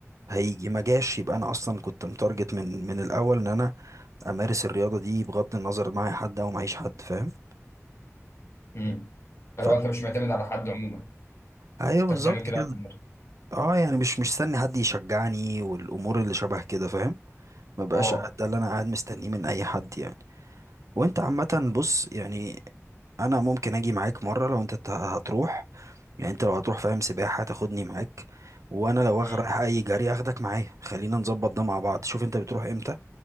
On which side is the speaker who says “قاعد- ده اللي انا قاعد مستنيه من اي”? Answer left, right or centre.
Right